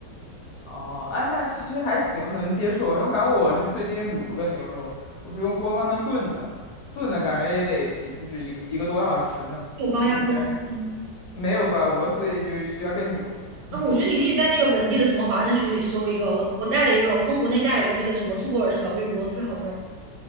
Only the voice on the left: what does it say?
哦，哎，那其实还行，能接受，因为感觉我就最近卤了个牛肉，我是用锅慢慢炖的，炖的感觉也得就是一个一个多小时呢，
就是很感觉还没有高压锅，所以就需要更久。
<laughs>